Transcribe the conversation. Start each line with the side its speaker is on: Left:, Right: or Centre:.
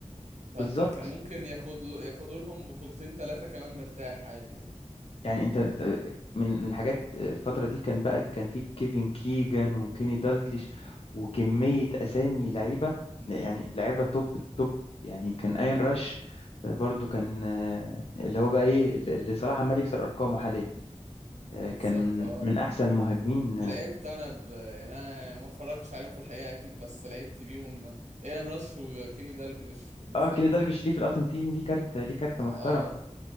Right: فانت
Left: بالظبط
Right: كان ممكن ياخد له- ياخدوا لهم بطولتين ثلاثة كمان مرتاح عادي يعني
Left: يعني انت أنت-
Right: آه،
Left: من من الحاجات الفتره دي كان بقى كان في كيفن كيجان وكيني دالجليش وكميه اسامي لعيبه
Right: مم.
Left: يعني لعيبه توب التوب يعني كان اين راش برضو كان آه، اللي هو بقى ايه اللي اللي صلاح عمال يكسر ارقامه حاليا آه،
Right: بالظبط
Left: كان من
Right: اه
Left: من احسن مهاجمين
Right: لعبت انا ب... يعني انا يعني ما اتفرجتش عليهم في الحقيقة اكيد بس لعبت بيهم ايان راش وكيني دالجلش بالذات
Left: اه كيني دالجليش
Right: يعني
Left: ليه في الالتيميت تيم ليه كارت ليه كارت
Right: اه
Left: محترم